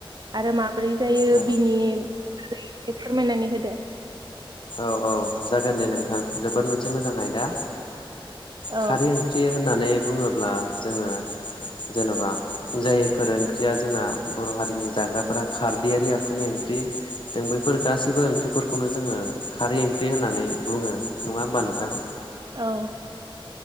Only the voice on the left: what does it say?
औ
औ औ जागोन दे नोंथां जोबोद मोनसे मोजां आयदा
खारै ओं ओंख्रि होननानै बुङोब्ला जोङो जेन'बा जायफोर ओंख्रिया जोंना बर' हारिनि जाग्राफोरा खारदैयारि आखुनि ओंख्रि जों बैफोर गासैबो ओंख्रिफोरखौनो जोङो खारै ओंख्रि होननानै बुङो नङा होमबा नोंथां